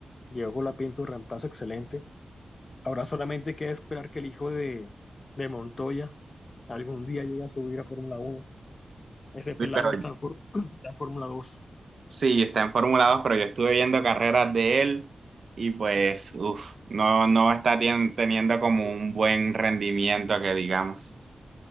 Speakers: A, on the left; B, on the right.
A: llegó con la Pinto, un reemplazo excelente. Ahora solamente queda esperar que el hijo de, de Montoya algún día llegue a subir a Fórmula Uno Ese pelado
B: Sí, Pero
A: está en, Fór- <clears throat> está en Fórmula 2.
B: sí, está en Fórmula 2, pero yo estuve viendo carreras de él y pues, uff, no, no está tien- teniendo como un buen rendimiento que digamos.